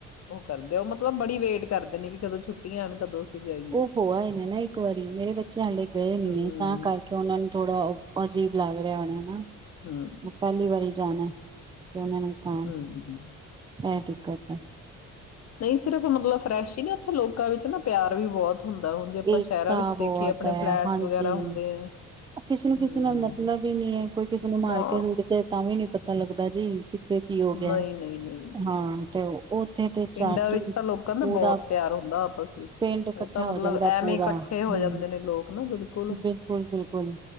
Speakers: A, on the left; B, on the right.
A: ਉਹ ਕਰਦੇ ਹੋ ਮਤਲਬ ਬੜੀ ਵੇਟ ਕਰਦੇ ਨੇ ਕਿ ਕਦੋਂ ਛੁੱਟੀਆਂ ਆਨ ਕਦੋਂ ਜਾਈਏ
B: ਉਹ ਹੋ ਆਏ ਨੇ ਨਾ ਇੱਕ ਵਾਰੀ ਮੇਰੇ ਬੱਚੇ ਹਾਲੇ ਗਏ ਨੀਂ
A: ਹਮ
B: ਨੇ ਤਾਂ ਕਰਕੇ ਉਹਨਾਂ ਨੂੰ ਥੋੜਾ ਅਜੀਬ ਲੱਗ ਰਿਹਾ ਹੋਣਾ ਨਾ
A: ਹਮ
B: ਪਹਿਲੀ ਵਾਰੀ ਜਾਣਾ ਉਹਨਾਂ ਨੂੰ ਤਾਂ
A: ਹਮ
B: <unintelligible> <unintelligible>
A: ਨਹੀਂ ਸਿਰਫ ਮਤਲਬ ਫਰੈਸ਼ ਈਂ ਨਾਂ ਇਥੇ ਲੋਕਾਂ ਵਿੱਚ ਨਾ ਪਿਆਰ ਵੀ ਬਹੁਤ ਹੁੰਦਾ ਹੁਣ ਜੇ ਆਪਾਂ
B: ਏਕਤਾ
A: ਸ਼ਹਿਰਾਂ ਵਿੱਚ
B: ਬਹੁਤ
A: ਦੇਖੀਏ ਆਪਣੇ
B: ਐ।
A: ਫਲੈਟਸ
B: ਹਾਂਜੀ,
A: ਵਗੈਰਾ ਹੁੰਦੇ ਹੈ
B: ਕਿਸੇ ਨੂੰ
A: ਹਮ
B: ਕਿਸੇ ਨਾਲ ਮਤਲਬ ਹੀ ਨੀ ਐ ਕੋਈ ਕਿਸੇ ਨੂੰ ਮਾਰ
A: ਨਾ
B: ਕੇ ਸੁੱਟ ਜੇ ਤਾਂ ਵੀ ਨੀ ਪਤਾ ਲੱਗਦਾ ਜੀ ਕਿੱਥੇ ਕੀ ਹੋ ਗਿਆ
A: ਨਹੀਂ
B: ਏ।
A: ਨਹੀਂ ਨਹੀਂ ਨਹੀਂ
B: ਹਾਂ ਤੇ ਉੱਥੇ ਤੇ ਚਾਟੀ
A: ਪਿੰਡਾਂ ਵਿੱਚ ਤਾਂ ਲੋਕਾਂ ਦਾ
B: ਪੂਰਾ
A: ਬਹੁਤ ਪਿਆਰ ਹੁੰਦਾ ਆਪਸ ਵਿੱਚ
B: ਪਿੰਡ ਇਕੱਠਾ
A: ਉਹ ਤਾਂ ਮਤਲਬ
B: ਹੋ ਜਾਂਦਾ
A: ਐਵੇਂ
B: ਪੂਰਾ
A: ਇਕੱਠੇ ਹੋ
B: ਹਂ
A: ਜਾਂਦੇ ਨੇ ਲੋਕ ਨਾ ਬਿਲਕੁਲ
B: ਬਿਲਕੁਲ-ਬਿਲਕੁਲ